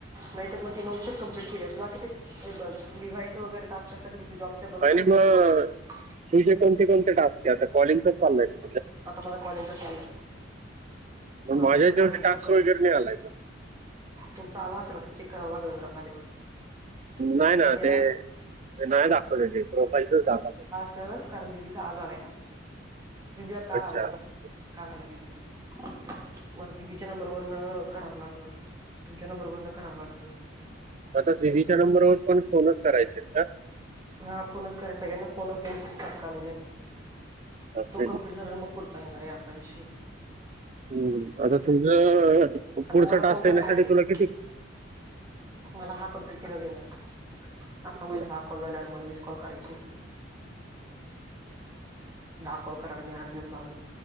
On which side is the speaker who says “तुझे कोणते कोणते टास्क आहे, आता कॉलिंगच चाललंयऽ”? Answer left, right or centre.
Right